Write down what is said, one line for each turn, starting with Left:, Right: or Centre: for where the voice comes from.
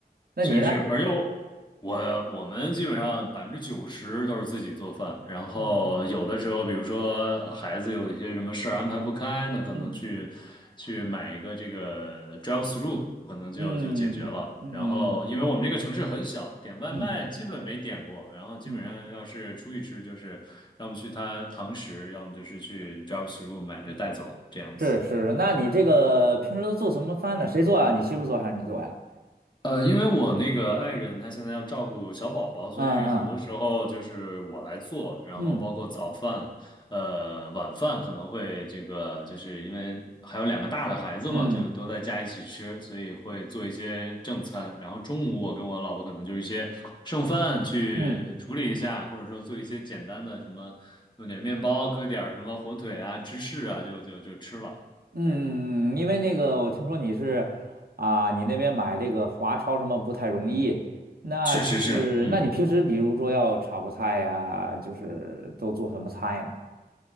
Right: 那你呢？
Left: 确实是，而且我我我们基本上百分之九十都是自己做饭，然后有的时候，
Right: 嗯
Left: 比如说孩子有一些什么事儿安排不开，那可能去去买一个这个
Right: 嗯。
Left: drive through，可能就就解决了。
Right: 嗯嗯嗯
Left: 然后因为我们这个城市很小，点外卖基本没点过，
Right: 嗯，
Left: 然后基本上要是出去吃，
Right: 嗯
Left: 就是要么去他堂食，要么就是去 drive through 买着带走这样子。
Right: 是是是，那你这个平时都做什么饭呢？谁做啊？你媳妇做还是你做呀？
Left: 呃，因为我那个爱人她现在要照顾小宝宝，所以很多时候就是我来做，
Right: 嗯嗯
Left: 然后包括早饭，
Right: 嗯
Left: 呃，晚饭可能会这个，就是因为还有两个大的孩子嘛，
Right: 嗯
Left: 就都在家一起吃，所以会做一些正餐。然后中午我跟我老婆可能就是一些剩饭去处理一下，
Right: 嗯嗯
Left: 或者说做一些简单的什么，弄点面包，搁点儿什么火腿啊、芝士啊，就就就吃了。
Right: 嗯，
Left: 对，
Right: 嗯因为那个我听说你是啊，你那边买这个华超什么不太容易，那就是那你平时比如说要炒个菜呀，
Left: 确实是，嗯。
Right: 就是都做什么菜呢？